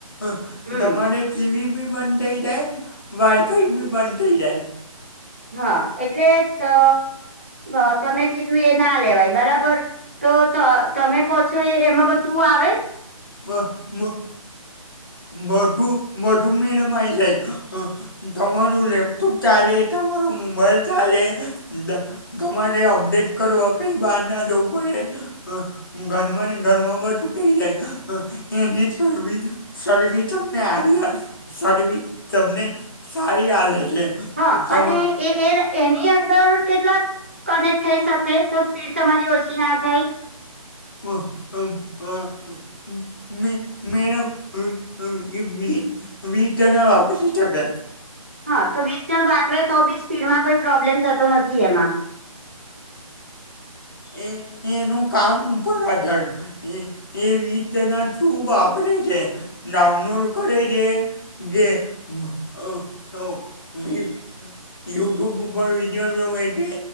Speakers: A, on the left; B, on the right.
A: હ
B: હમ
A: તમારે ટીવી બી બંધ થઈ જાય, વાઇફાઇ બી બંધ થઈ જાય.
B: હા, એટલે ત અ અ તમે કીધું એ ના લેવાય બરાબર. તો ત તમે કહો છો એ એમાં બધું આવે?
A: બબ, બધુ બધુ મેડમ આવી જાય હ. તમારો લેપટોપ ચાલે, તમારો મોબાઈલ ચાલે દ. તમારે અપડેટ કરવા કઈ બહાર ના જવુ પડે હ. ઘરમાંને ઘરમાં બધું થઇ જાય. એની તરવી શરવી તમને હારી આ શરવી તમને સારી આલે છે.
B: હા,
A: તમે
B: અને એ એ લ એની અંદર કેટલાક કનેક્ટ થઈ શકે, તો સ્પીડ તમારી ઓછી ના થાય.
A: હ હ હ મે મેડમ <unintelligible> વીટ વીટના વાપરી. <unintelligible>
B: હા, તો વીસ જણ વાપરે તો બી સ્પીડમાં કોઈ પ્રોબ્લેમ થતો નથી એમાં.
A: એ એનું કામ ઉપર આઢાર. એ એ વિતના ઠું વાપરે છે. નામનો કરે છે જે મ અહ અહ યું યુટ્યુબ ઉપર વિડીયો જોવે છે